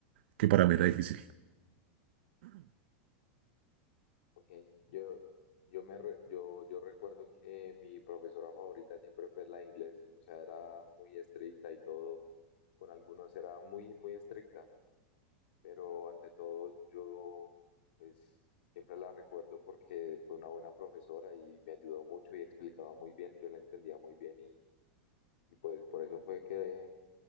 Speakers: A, on the right; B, on the left.
A: que para mí era difícil.
B: ok, yo, yo, me re- yo, yo recuerdo que mi profesora favorita siempre fue la de inglés, o sea, era muy estricta y todo, con algunos era muy, muy estricta, pero ante todo yo, pues, siempre la recuerdo porque fue una buena profesora y me ayudó mucho y explicaba muy bien, yo la entendía muy bien Y pues por eso fue que